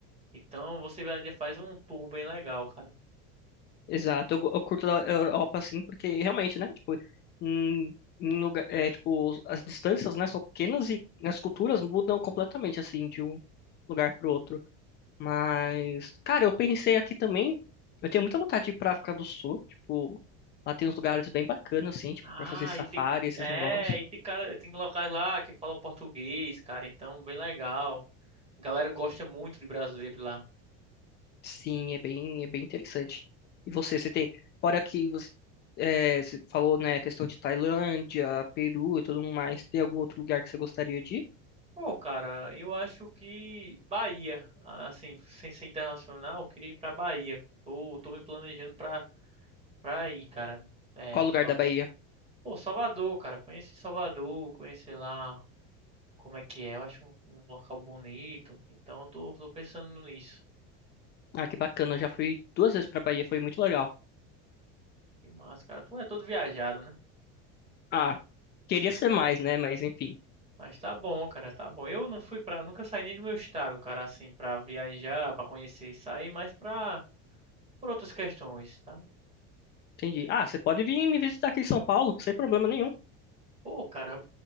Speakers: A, on the right; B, on the left.
A: Então você vai, faz um tour bem legal, cara.
B: Exato, eu, go- eu curto a Europa assim, porque realmente, né, tipo, em, em lugar, é, tipo, as distâncias, né, são pequenas e as culturas mudam completamente, assim, de um lugar pro outro. Mas, cara, eu pensei aqui também, eu tenho muita vontade de ir pra África do Sul, tipo, lá tem uns lugares bem bacanas, assim, tipo,
A: Ah,
B: pra fazer safari,
A: e tem.
B: esses
A: É,
B: negócios.
A: e tem cara, tem locais lá que falam português, cara. Então, bem legal. A galera gosta muito de brasileiro lá.
B: Sim, é bem, é bem interessante. E você, você tem, fora que você, é, você falou, né, a questão de Tailândia, Peru e tudo mais, tem algum outro lugar que você gostaria de ir?
A: Pô, cara, eu acho que Bahia, assim, sem ser internacional, eu queria ir pra Bahia. Tô, tô me planejando pra, pra ir, cara. É,
B: Qual lugar
A: pra-
B: da Bahia?
A: pô, Salvador, cara. Conheci Salvador, conhecer lá como é que é. Eu acho um, um local bonito. Então, eu tô, tô pensando nisso.
B: Ah, que bacana, eu já fui duas vezes pra Bahia, foi muito legal.
A: Que massa, cara. Tu é todo viajado, né?
B: Ah, queria ser mais, né, mas enfim,
A: Mas tá bom, cara, tá bom. Eu não fui pra. Nunca saí nem do meu estado, cara, assim, pra viajar, pra conhecer e sair, mas pra. Por outras questões, tá?
B: entendi. Ah, você pode vir me visitar aqui em São Paulo, sem problema nenhum.
A: Pô, cara,